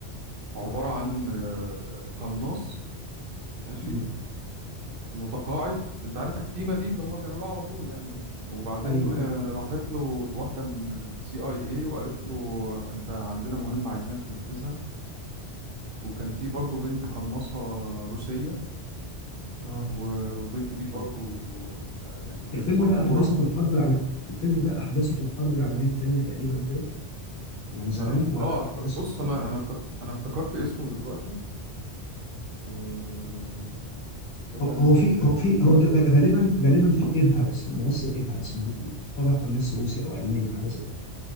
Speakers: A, on the right; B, on the left.
A: عبارة عن آه، قناص ماشي
B: امم
A: متقاعد انت عارف التيمة دي اللي هما بيعملوها على طول يعني وبعدين
B: ايوه ايوه
A: آه، راحت له واحدة من السي اي اي وقالت له آه، انت عندنا مهمة عايزينك تنفذها وكان في برضو بنت قناصة روسية
B: اه
A: و- والبنت دي برضو آه، يعني كانت
B: الفيلم
A: مأجورة
B: ده احداثه في الحرب العالميه الفيلم ده احداثه في الحرب العالميه الثانيه تقريبا كده يعني
A: لا
B: زمان
A: لا
B: ولا
A: اه
B: احداثه
A: افت- بص
B: الفيلم
A: انا انا افتك- انا افتكرت اسمه دلوقتي آه، تصدق
B: هو
A: نسيت
B: هو في هو في هو ت- غالبا غالبا في ايد هاريس الممثل ايد هاريس موجود فيه طلع قناص روسي او الماني حاجه زي كده